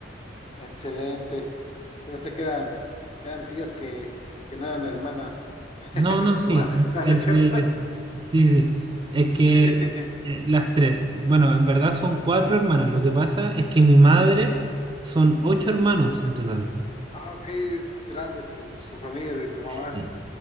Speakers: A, on the left; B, on the right.
A: Excelente. Yo pensé que eran, eran tías que, que no eran hermanas <laughs>
B: No, no,
A: de
B: sí,
A: tu mamá.
B: ent-
A: <laughs> No,
B: entre
A: no es cierto.
B: ellas. Sí, sí. sí. Es que
A: <laughs>
B: eh, las tres, bueno, en verdad son cuatro hermanas. Lo que pasa es que mi madre son ocho hermanos en total.
A: Ah, ok, es grande su, su familia de tu mamá.
B: Sí.